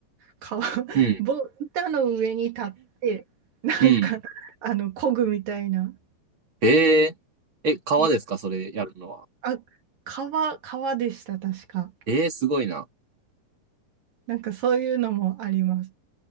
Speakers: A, on the right; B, on the right.
A: 川、<laughs>
B: うん。
A: 棒、板の上に立って、なんか、
B: うん。
A: あの、漕ぐみたいな。
B: えええ、川ですかそれやるのは。
A: いや、あ、川、川でした、確か。
B: ええすごいな。
A: なんか、そういうのもあります。